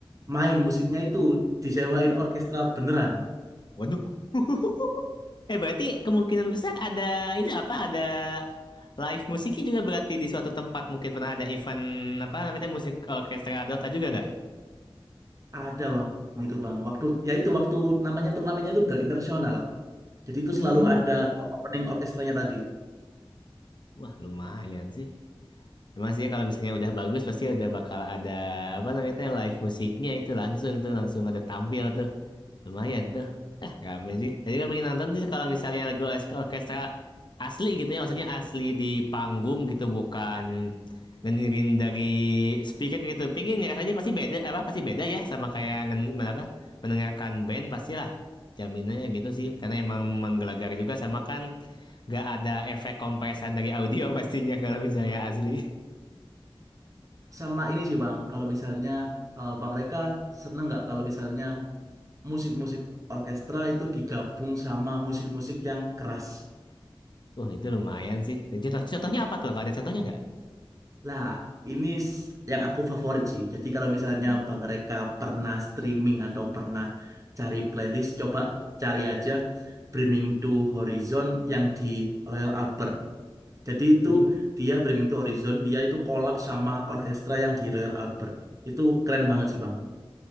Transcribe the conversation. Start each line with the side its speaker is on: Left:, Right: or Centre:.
Right: main musiknya itu disewain orkestra beneran.
Left: Waduh. <laughs> Eh berarti kemungkinan besar ada itu apa ada live musiknya juga berarti di suatu tempat mungkin pernah ada event apa namanya musik orkestra Dota juga nggak?
Right: Ada Bang itu Bang. Waktu ya itu waktu namanya turnamennya itu The International. Jadi itu
Left: Hmm.
Right: selalu ada opening orkestranya tadi.
Left: Wah, lumayan sih. Emang sih ya, kalau misalnya udah bagus pasti udah bakal ada apa namanya tuh live musiknya itu langsung tuh langsung ada tampil tuh. Lumayan tuh. Ah, rame sih. Jadi gue pengen nonton sih kalau misalnya lagu orkes- orkestra asli gitu ya, maksudnya asli di panggung gitu bukan ngedengerin dari speaker gitu. Pingin rasanya pasti beda apa pasti beda ya sama kayak ngen, men- apa mendengarkan band pastilah. Jaminannya gitu sih karena emang menggelegar juga sama kan nggak ada efek kompresan dari audio pastinya kalau misalnya asli.
Right: Sama ini sih Bang. Kalau misalnya eh, Bang Reka seneng nggak kalau misalnya musik-musik orkestra itu digabung sama musik-musik yang keras.
Left: <laughs> Wah itu lumayan sih. Contoh, contohnya apa tuh? Kalau ada contohnya nggak?
Right: Lah, ini s- yang aku favorit sih. Jadi kalau misalnya
Left: Hmm.
Right: Bang Reka pernah streaming atau pernah cari playlist, coba cari aja Brimming to Horizon yang di Royal Albert. Jadi itu
Left: Ini-
Right: dia Brimming to Horizon, dia itu collab sama orkestra yang di Royal Albert. Itu keren banget sih, Bang.